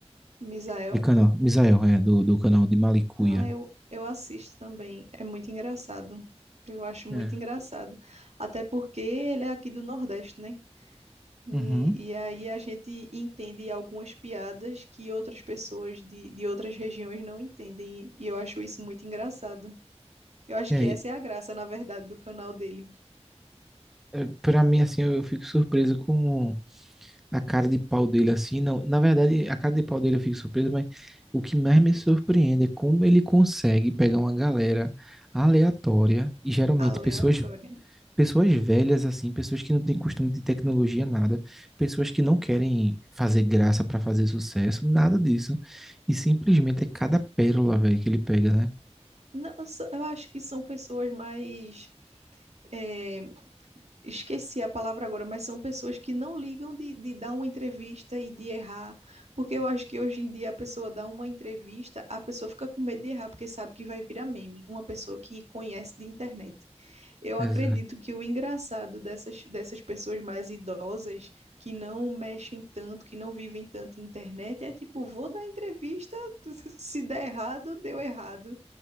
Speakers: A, on the right; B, in the centre.
A: Misael.
B: aquele canal, Misael, é, do, do canal de Malicuia.
A: Ah, eu, eu assisto também. É muito engraçado. Eu acho muito
B: É.
A: engraçado. Até porque ele é aqui do Nordeste, né? E,
B: Uhum.
A: e aí a gente entende algumas piadas que outras pessoas de, de outras regiões não entendem. E eu acho isso muito engraçado. Eu acho
B: E
A: que
B: aí,
A: essa é a graça, na verdade, do canal dele.
B: é, pra mim, assim, eu, eu fico surpreso com a cara de pau dele, assim, não, na verdade, a cara de pau dele eu fico surpreso, mas o que mais me surpreende é como ele consegue pegar uma galera aleatória, e geralmente
A: Aleatória.
B: pessoas Pessoas velhas, assim, pessoas que não têm costume de tecnologia, nada, pessoas que não querem fazer graça pra fazer sucesso, nada disso. E simplesmente é cada pérola, velho, que ele pega, né?
A: Não, eu só- eu acho que são pessoas mais. é, esqueci a palavra agora, mas são pessoas que não ligam de, de dar uma entrevista e de errar. Porque eu acho que hoje em dia a pessoa dá uma entrevista, a pessoa fica com medo de errar, porque sabe que vai virar meme. Uma pessoa que conhece de internet. Eu acredito
B: Exato.
A: que o engraçado dessas, dessas pessoas mais idosas, que não mexem tanto, que não vivem tanto em internet, é tipo, vou dar entrevista, <laughs> se der errado, deu errado.